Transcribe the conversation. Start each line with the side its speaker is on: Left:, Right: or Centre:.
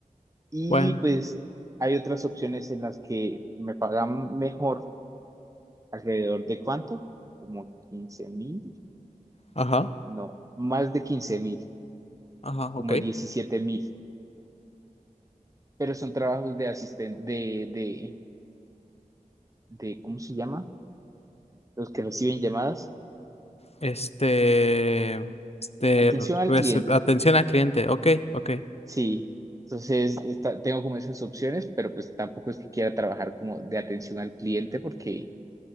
Right: Y
Left: Bueno,
Right: pues hay otras opciones en las que me pagan mejor, alrededor de cuánto, como quince mil,
Left: ajá,
Right: no, más de quince mil,
Left: ajá,
Right: como
Left: ok.
Right: diecisiete mil, pero son trabajos de asistente, de, de, de, ¿cómo se llama? Los que reciben llamadas.
Left: Este, este,
Right: Atención al
Left: recep-
Right: cliente,
Left: atención al cliente. Ok, ok.
Right: sí. Entonces, está- tengo como esas opciones, pero pues tampoco es que quiera trabajar como de atención al cliente porque